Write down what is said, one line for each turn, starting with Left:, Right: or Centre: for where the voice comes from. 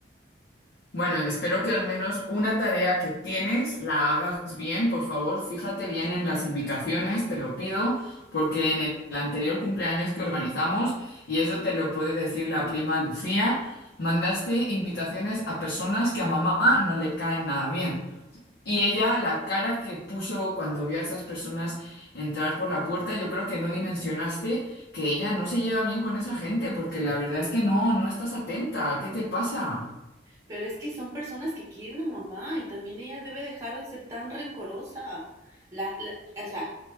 Left: Bueno, espero que al menos una tarea que tienes la hagas bien. Por favor, fíjate bien en las invitaciones, te lo pido, porque en el anterior cumpleaños que organizamos, y eso te lo puede decir la prima Lucía, mandaste invitaciones a personas que a mamá no le caen nada bien. Y ella, la cara que puso cuando vio a esas personas entrar por la puerta, yo creo que no dimensionaste que ella no se lleva bien con esa gente, porque la verdad es que no, no estás atenta. ¿Qué te pasa?
Right: Pero es que son personas que quieren a mamá y también ella debe dejar de ser tan rencorosa. La, la- o sea,